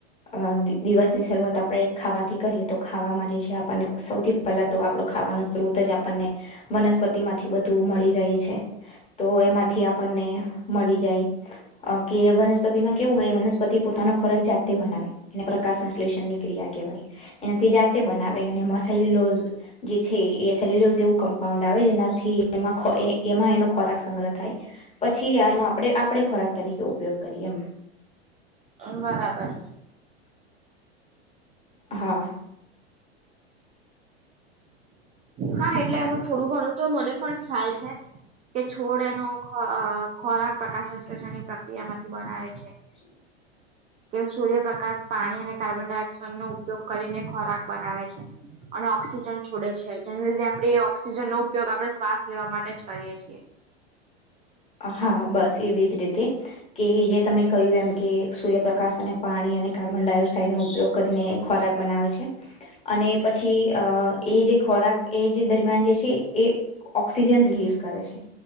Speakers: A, on the left; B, on the right.
A: અ દિવસની શરૂઆત આપણે ખાવાથી કરીએ તો ખાવામાં જે <unintelligible> આપણને સૌથી પેલા તો આપડું ખાવાનો સ્ત્રોત જ આપણને વનસ્પતિ માંથી બધું મળી રહે છે. તો એમાંથી આપણને મળી જાય અ કે વનસ્પતિમાં કેવું હોય વનસ્પતિ પોતાનો ખોરાક જાતે બનાવે ને પ્રકાશ સંશ્લેષણની ક્રિયા કેવાય એનાથી જાતે બનાવે અને મોસેલ્યુલોઝ જે છે એ સેલ્યુલોઝ એવું કમ્પાઉન્ડ આવે જેનાથી એમાં એમાં એનો ખોરાક સંગ્રહ થાય પછી આનો આપણે આપણે ખોરાક તરીકે ઉપયોગ કરીએ એમ
B: બરાબર
A: હા
B: હા એટલે એનું થોડું ઘણું તો મને પણ ખ્યાલ છે. કે છોડ એનો ખોરાક પ્રકાશ સંશ્લેષણની પ્રક્રિયામાંથી બનાવે છે.
A: <inaudible>
B: તે સૂર્યપ્રકાશ પાણી અને કાર્બન ડાયોક્સાઇડનો ઉપયોગ કરીને ખોરાક બનાવે છે અને ઓક્સિજન છોડે છે. જેને લીધે આપણેે ઓક્સિજનનો ઉપયોગ આપડે શ્વાસ લેવા માટે જ કરીએ છીએ
A: હા બસ એવી જ રીતે કે જે તમે કહ્યું એમ કે સૂર્યપ્રકાશ અને પાણી અને કાર્બન ડાયોક્સાઇડ નો ઉપયોગ કરીને ખોરાક બનાવે છે. અને પછી અ એ જે ખોરાક એ જે દરમિયાન જે છે એ ઓક્સિજન રિલીઝ કરે છે